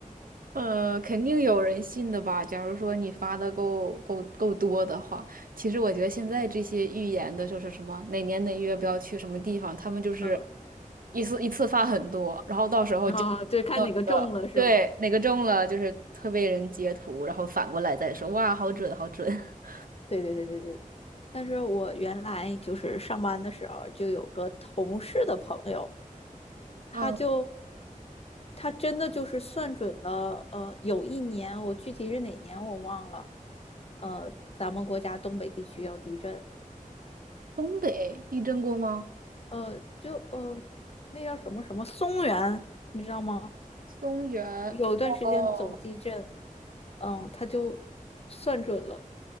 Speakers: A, on the right; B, on the left.
A: 呃，肯定有人信的吧？假如说你发的够够够多的话，其实我觉得现在这些预言的，就是什么哪年哪月不要去什么地方，他们就是
B: <laughs>
A: 一次一次发很多，然后到时候就
B: <laughs> 啊，对，看哪个中了是吗？
A: 有一个对哪个中了，就是会被人截图，然后反过来再说，哇，好准，好准。<laughs>
B: 对对对对对，但是我原来就是上班的时候就有个同事的朋友，他就
A: 嗯，
B: 他真的就是算准了，呃，有一年我具体是哪年我忘了，呃，咱们国家东北地区要地震，
A: 东北地震过吗？
B: 呃，就呃那叫什么什么松原，你知道吗？
A: 松原哦，
B: 有一段时间总地震，嗯，他就算准了，